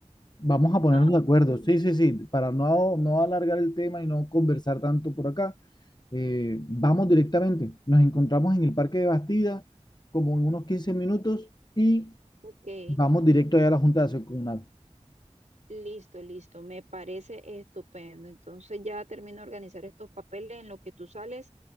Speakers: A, on the left; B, on the right.
A: Vamos a ponernos
B: Ah,
A: de acuerdo. Sí, sí, sí, para no, no alargar el tema y no conversar tanto por acá, eh, vamos directamente. Nos encontramos en el Parque de Bastida como en unos 15 minutos y
B: ok.
A: vamos directo allá a la Junta de Acción Comunal.
B: Listo, listo, me parece estupendo. Entonces ya termino de organizar estos papeles en lo que tú sales